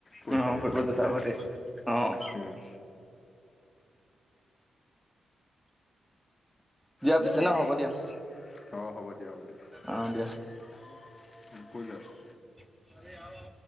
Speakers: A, on the left; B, in the centre.
A: পইচা
B: অ',
A: কেইটামান
B: ফুৰিব যোৱাটো
A: মিলাই।
B: আগতে অ',
A: উম,
B: দিয়া
A: অ'
B: পিছে ন হ'ব দিয়া
A: হ'ব দিয়া হ'ব দিয়া।
B: অ' দিয়া।
A: <inaudible>
B: দিয়া।